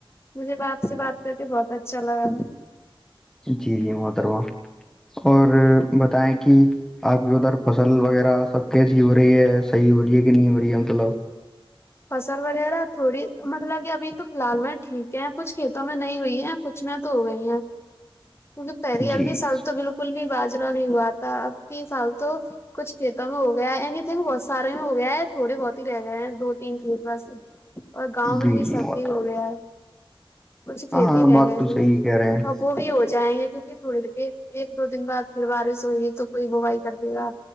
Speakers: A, on the left (about 25°); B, in the centre.
A: مجھے باپ سے بات کرتے بہت اچھا لگا
B: جی جی محترواں اور بتائیں کہ آپ کی ادھر فصل وغیرہ سب کیسی ہو رہی ہے صحیح ہو رہی ہے کہ نہیں ہو رہی ہے مطلب
A: فصل وغیرہ تھوڑی مطلب کہ ابھی تو فی الحال میں ٹھیک ہے کچھ کھیتوں میں نہیں ہوئی ہے کچھ میںں تو ہو گئی ہیں کیونکہ پہری الوھی
B: جی
A: سال تو بو کل بھی باجرا نہیں ہوا تھا اب کی سام تو کچھ کھیتوں میں ہو گیا ہے ا تھنک بہت سارے میں ہو گیا ہے تھوڑے بہت ہی رہ گئے ہیں دو تین ف بس اور گاؤں میں
B: جی
A: بھی سب
B: جی محترم
A: کے ہو گیا ہے پچھ کھیتی
B: ہاں ہاں
A: ہے
B: بات
A: گ
B: تو صحیح کہہ رہے ہیں
A: ہب بھی ہو جائیں گے کیونکہ تھوڑی ایک دو دن بعد پھر بارش ہوئی تو کوئی بوائی کر لے گا